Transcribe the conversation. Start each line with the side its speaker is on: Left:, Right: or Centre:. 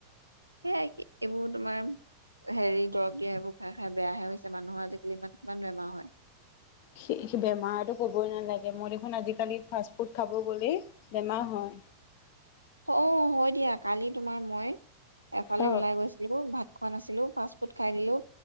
Right: সেয়াই কি এইবোৰ তোমাৰ হেৰি দৰব দিয়া এইবোৰ খাই খাই বেয়াহে হৈছে মানুহৰ আজিকালি ইমান কিমান বেমাৰ হয়
Left: সে বেমাৰটো ক'বই নালাগে মই দেখোন আজিকালি ফাষ্টফুড খাব গ'লেই বেমাৰ হয়
Right: অ হয় দিয়া কালি তোমাৰ মই এফালে
Left: অ
Right: ওলাই গৈছিলো ব ভাত খোৱা আছিলো ফাষ্ট ফুড খাই দিলো